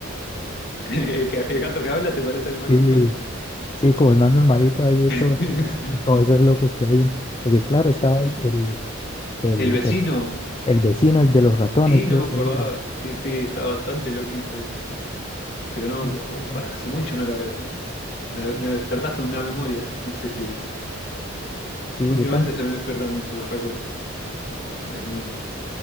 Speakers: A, on the left (about 50°); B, on the left (about 25°).
A: <laughs> ¿El, que- el gato que habla te parece el más
B: Sí,
A: normal?
B: Sí, como el más normalito ahí de
A: <laughs>
B: todos, <laughs> como esos locos que habían. Porque claro, estaba el, el,
A: El vecino,
B: el, el vecino, el de los ratones,
A: sí,
B: creo
A: no me acordaba.
B: que era.
A: Sí, sí, está bastante loquito ese. Pero no,
B: Sí,
A: me acu- uf,
B: bueno,
A: hace mucho no la veo. ¿no? Me, me despertaste una memoria. No sé si.
B: sí,
A: Últimamente
B: yo también.
A: se me despiertan mucho los recuerdos. Es muy lindo.